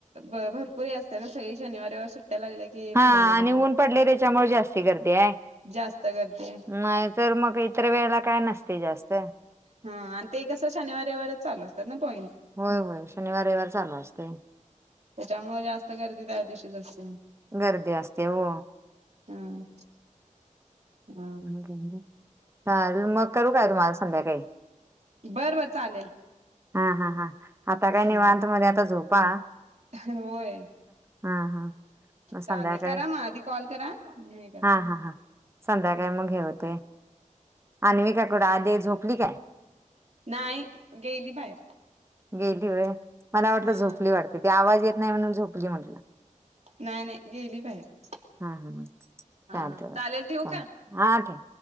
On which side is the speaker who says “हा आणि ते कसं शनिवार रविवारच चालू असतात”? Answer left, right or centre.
Right